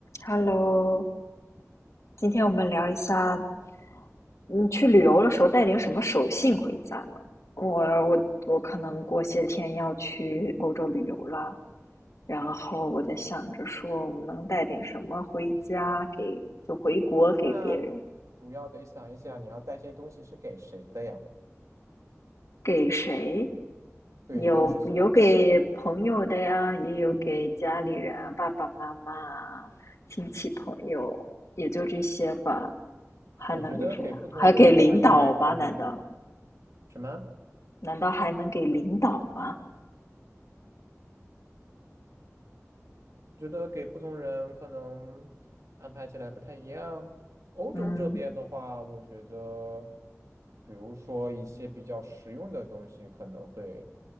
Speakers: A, on the left; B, on the right.
A: Hello，今天我们聊一下，嗯，去旅游的时候带点什么手信回家呢？我我我可能过些天要去欧洲旅游了，然后我在想着说，我们能带点什么回家给，就回国给别人。
B: 那主要得想一想，你要带这些东西是给谁的呀？
A: 给谁？
B: 对，
A: 有有给朋友的呀，
B: 你都是送给谁的？
A: 也有给家里人啊爸爸妈妈啊亲戚朋友，也就这些吧。还能给谁啊？
B: 我觉得给不同人的话，
A: 还给领导吧？
B: 应该可以
A: 难道
B: 什么？
A: 难道还能给领导吗？
B: 我觉得给不同人可能安排起来不太一样。欧洲这边的话，
A: 嗯，
B: 我觉得，比如说一些比较实用的东西可能会